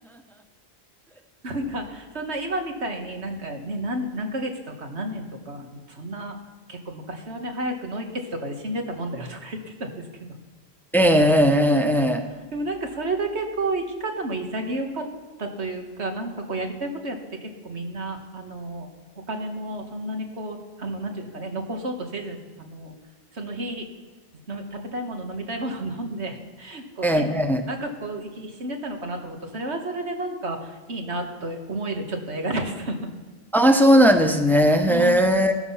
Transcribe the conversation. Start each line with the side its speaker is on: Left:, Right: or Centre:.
Right: <laughs> なんか、そんな今みたいになんかね、何、何ヶ月とか何年とか、そんな、結構昔はね、早く脳溢血とかで死んでたもんだよとか言ってたんですけ
Centre: ええ、
Right: でもなんかそれだけこう生き方も潔かったというか、なんかこうやりたいことやって結構みんな、あの、お金もそんなにこう、あの、なんていうんですかね、残そうとせず、あの、その日、飲み、食べたいもの、飲みたいものを飲んで、<laughs> こう死んで、
Centre: ええ、ええ、ええ、ええ。
Right: なんかこう生き、死んでたのかなと思うと、それはそれでなんかいいなと思えるちょっと映画でした。<laughs>
Centre: ああ、そうなんですね。へえ。
Right: うん。